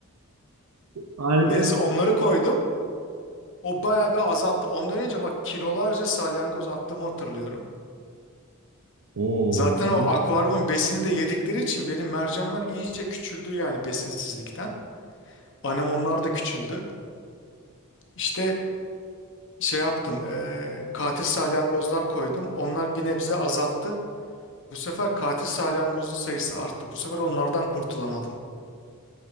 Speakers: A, on the right; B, on the left.
A: Harika
B: Neyse
A: bir...
B: onları koydum. O bayağı bir azalttı. Ondan önce bak kilolarca salyangoz attığımı hatırlıyorum.
A: Oo,
B: Zaten
A: demek
B: o akvaryumun
A: ki
B: besini de yedikleri için benim mercanlar iyice küçüldü yani besinsizlikten. Anemonlar da küçüldü. İşte şey yaptım, eee, katil salyangozlar koydum. Onlar bir nebze azalttı. Bu sefer katil salyangozun sayısı arttı. Bu sefer onlardan kurtulamadım.